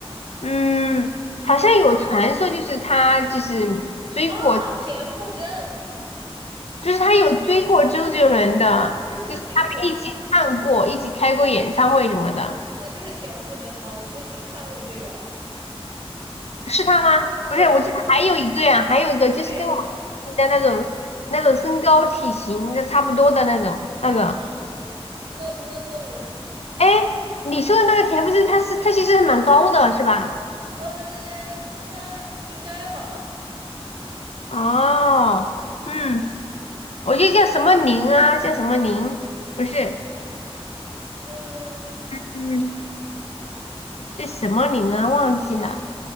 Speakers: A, on the left (about 85°); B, on the right (about 50°).
A: 嗯，好像有传说就是他就是追过，
B: 啊，田馥甄，
A: 就是他有追过周杰伦的，
B: 是不是田馥甄？
A: 就是他们一起唱过，一起开过演唱会什么的，
B: 那就是田馥甄了。我最近看过这个，
A: 是他吗？不是，
B: 对对对，
A: 我记得还有一个呀，还有一个就是跟我们
B: 还有吗？
A: 的那种那种身高体型的差不多的那种那个。
B: 天呐，那那那我
A: 哎，你说的那个田不是，它是它其实是蛮高的，是吧？
B: 呃，他应该吧？
A: 哦，嗯，我记得叫什么林啊，叫什么林，不是，
B: 嗯，
A: 嗯，是什么林啊，忘记了